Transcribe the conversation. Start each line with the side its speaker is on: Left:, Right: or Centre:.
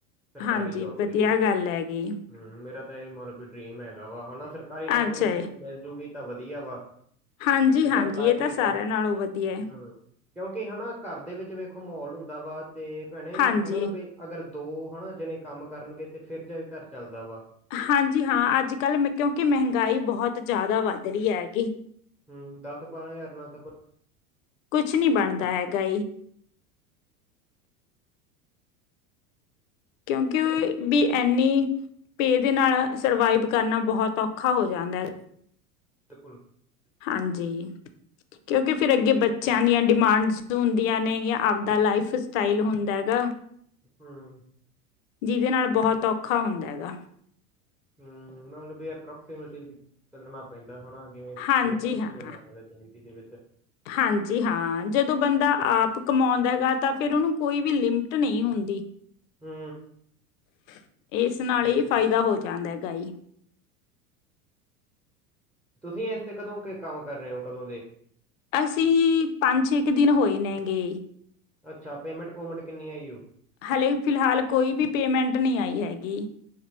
Centre: ਸਰਕਾਰੀ
Left: ਹਾਂਜੀ
Centre: ਜੋਬ
Left: ਵਧੀਆ
Centre: ਤੇ
Left: ਗੱਲ ਹੈਗੀ।
Centre: ਹਮ ਮੇਰਾ ਤਾਂ ਇਹ ਮਤਲਬ ਵੀ ਡਰੀਮ ਹੈਗਾ ਵਾ ਹਨਾ਼। ਸਰਕਾਰੀ ਨੌਕਰੀ
Left: ਅੱਛਾ
Centre: ਮਿਲਜੂਗੀ ਤਾਂ ਵਧੀ ਵਧੀਆ ਵਾ
Left: ਹਾਂਜੀ,
Centre: ਨਹੀਂ
Left: ਹਾਂਜੀ
Centre: ਪ੍ਰਾਈਵੇਟ
Left: ਇਹ ਤਾਂ ਸਾਰਿਆਂ ਨਾਲੋਂ ਵਧੀਆ
Centre: ਹੂੰ,
Left: ਹੈ਼।
Centre: ਕਿਉਂਕਿ ਹਨਾ ਘਰ ਦੇ ਵਿੱਚ ਵੇਖੋ ਮਾਹੌਲ ਹੁੰਦਾ ਵਾ ਤੇ ਭੈਣੇ
Left: ਹਾਂਜੀ।
Centre: ਹਨਾ ਬ ਅਗਰ ਦੋ ਹਨਾ ਜਿਣੇ ਕੰਮ ਕਰਨਗੇ ਤੇ ਫੇਰ ਜਾ ਘਰ ਚੱਲਦਾ ਵਾ।
Left: ਹਾਂਜੀ ਹਾਂ ਅੱਜ ਕੱਲ੍ਹ ਮ ਕਿਉਂਕਿ ਮਹਿੰਗਾਈ ਬਹੁਤ ਜ਼ਿਆਦਾ ਵੱਧ <unintelligible>
Centre: ਹਮ ਦਸ ਬਾਰਾਂ ਹਜ਼ਾਰ ਨਾਲ ਤਾਂ ਕੋ
Left: ਕੁਛ ਨਹੀਂ ਬਣਦਾ ਹੈਗਾ। ਕਿਉਂਕਿ ਵੀ ਐਨੀ ਪੇ ਦੇ ਨਾਲ ਸਰਵਾਈਵ ਕਰਨਾ ਬਹੁਤ ਔਖਾ ਹੋ ਜਾਂਦਾ ਹੈ।
Centre: <unintelligible>
Left: ਹਾਂਜੀ, ਕਿਉਂਕਿ ਫਿਰ ਅੱਗੇ ਬੱਚਿਆਂ ਦੀਆਂ ਡਿਮਾਂਡਸ ਹੁੰਦੀਆਂ ਨੇ ਜਾਂ ਆਪਦਾ ਲਾਈਫ ਸਟਾਈਲ ਹੁੰਦਾ ਹੈਗਾ।
Centre: ਹਮ਼਼।
Left: ਜਿਹਦੇ ਨਾਲ ਬਹੁਤ ਔਖਾ ਹੁੰਦਾ ਹੈਗਾ।
Centre: ਹਮ ਨਾਲਬ ਵੀ ਅਪਰੋਕਸੀਮੇਲੀ ਚੱਲਣਾਊ ਪੈ ਹਾਂ ਹਾ ਜਿਵੇਂ ਸੋਚ
Left: ਹਾਂਜੀ
Centre: ਸਮਝ
Left: ਹਾਂ
Centre: ਕੇ ਚੱਲਣਾ ਪੈਂਦਾ ਜਿਵੇਂ ਦੇ ਵਿੱਚ
Left: ਹਾਂਜੀ ਹਾਂ ਜਦੋਂ ਬੰਦਾ ਆਪ ਕਮਾਉਂਦਾ ਹੈਗਾ ਤਾਂ ਫੇਿਰ ਉਹਨੂੰ <unintelligible> ਕੋਈ ਵੀ ਲਿੰਮ ਟ ਨਹੀਂ ਹੁੰਦੀ।
Centre: ਹੂੰ।
Left: <inaudible> ਇਸ ਨਾਲ
Centre: ਬਿਲਕੁਲ,
Left: ਇਹ ਫਾਇਦਾ ਹੋ ਜਾਂਦਾ ਹੈ। ਗਾਈ
Centre: ਤੁਸੀਂ ਇਸ ਤੇ ਕਦੋਂ ਕੇ ਕੰਮ ਕਰ ਰਹੇ ਹੋ ਕਦੋਂ ਦੇ?
Left: ਅਸੀਂ ਪੰਜ, ਛੇ ਕੁ ਦਿਨ ਹੋਏ ਨੇਗੇ।
Centre: ਅੱਛਾ, ਪੇਮੈਂਟ ਪੂਮੈਂਟ ਕਿੰਨੀ ਆ ਯੂ
Left: ਹਲੇੇ ਫਿਲਹਾਲ ਕੋਈ ਵੀ ਪੇਮੈਂਟ ਨਹੀਂ ਆਈ ਹੈਗੀ।